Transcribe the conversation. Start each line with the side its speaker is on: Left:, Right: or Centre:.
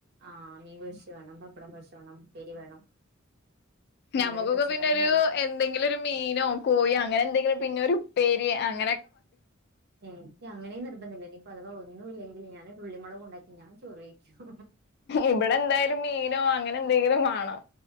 Right: ആ മീൻ പൊരിച്ച വേണം പപ്പടം പൊരിച്ച വേണം ഉപ്പേരി വേണം മീൻകറി
Left: നമ്മുക്കൊക്കെ
Right: പച്ചക്കറി
Left: പിന്നെഒരു
Right: എന്ന് പറയും
Left: എന്തെങ്കിലും ഒരു മീനോ കോഴിയോ അങ്ങനെ എന്തെങ്കിലും പിന്നെ ഒരു ഉപ്പേരിയോ അങ്ങനെ -
Right: എനിക്ക് അങ്ങനെയും നിർബന്ധില്ല ഇനിപ്പ അഥവാ ഒ- ന്നും ഇല്ലെങ്കിൽ ഞാൻ ഉള്ളിമുളക് കൊണ്ടാക്കി ഞാൻ ചോറയിക്കും
Left: ഇവിടെ എന്തായാലും മീനോ അങ്ങനെ എന്തെങ്കിലും മാണം